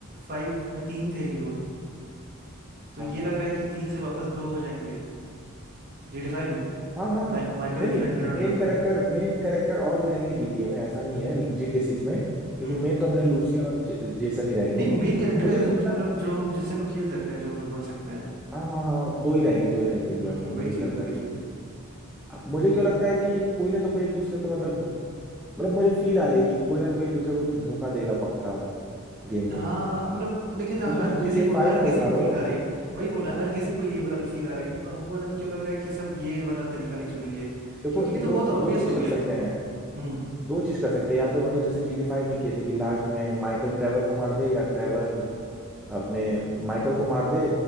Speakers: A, on the right (about 45°); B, in the centre.
A: फाइव में तीन थे हीरो तो
B: हाँ
A: ये लग रहा है कि तीन से वापस दो हो जाएंगे GTA फाइव में
B: हाँ हाँ हाँ।
A: मा, माइकल
B: नहीं
A: फ्रैंकलिन
B: नहीं
A: और
B: मेन
A: ट्रेवर
B: कैरेक्टर मेन कैरेक्टर और भी रहेंगे जीटीए में ऐसा नहीं है जीटीए सिक्स में लेकिन
A: हम्म
B: मेन तो अपने लूसिया और जे, जेसन ही रहेंगे
A: नहीं मेन कैरेक्टर
B: मुझे
A: एज
B: क्यों
A: इन कि
B: पता
A: मतलब
B: लगता
A: जो
B: है कि
A: हम जिससे हम लोग खेल
B: कोई
A: सकते
B: एक
A: हैं जो हम लोग बन सकते हैं
B: हाँ हाँ हाँ दो ही रहेंगे दो ही रहेंगे इस
A: हम्म
B: बार तो मुझे
A: वही चीज़
B: भी लग
A: है वही
B: रहा है
A: चीज़ है
B: हाँ, मुझे क्यों लगता है कि कोई ना तो कोई एक दूसरे को मतलब मतलब मुझे फील आ रही है कि कोई ना तो कोई एक दूसरे को धोखा देगा पक्का गेम
A: हाँ
B: में
A: मतलब लेकिन
B: तो
A: हर
B: तुम जीटीए
A: किसी को
B: फाइव
A: हर किसी
B: का उठा
A: को
B: लो
A: फील आ रही है वही बोला हर किसी को ये वाली फील आ रही है ना तो हमको पता नहीं क्यों लग रहा है कि सब ये वाला तरीका नहीं चुनेंगे
B: देखो
A: क्योंकि
B: दो
A: ये तो बहुत ऑब्वियस
B: दो चीज
A: हो
B: कर
A: गया
B: सकते
A: है तो
B: हैं
A: हम्म
B: दो चीज कर सकते हैं या तो मतलब जैसे जीटी फाइव में किए थे कि लास्ट में माइकल ट्रेवर को मार दे या ट्रेवर अपने माइकल को मार दे